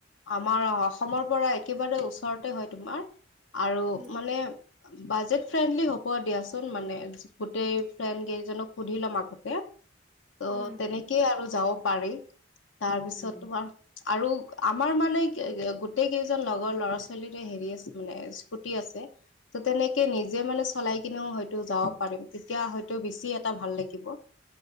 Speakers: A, on the left; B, in the centre.
A: আমাৰ অসমৰ পৰা একেবাৰে ওচৰতে হয় তোমাৰ আৰু
B: উম
A: মানে বাজেট ফ্ৰেণ্ডলি হ'ব দিয়াচোন মানে, গোটেই ফ্ৰেণ্ডকেইজনক সুধি ল'ম আগতে। ত'
B: উম
A: তেনেকেই আৰু যাব পাৰি তাৰপিছত
B: উম
A: তোমাৰ আৰু আমাৰ মানে কি গোটেই কেইজন লগৰ ল'ৰা ছোৱালীৰে হেৰি আছে মানে স্কুটি আছে। ত', তেনেকে নিজে মানে চলাই কিনেও হয়তো যাব পাৰিম, তেতিয়া হয়তো বেছি এটা ভাল লাগিব।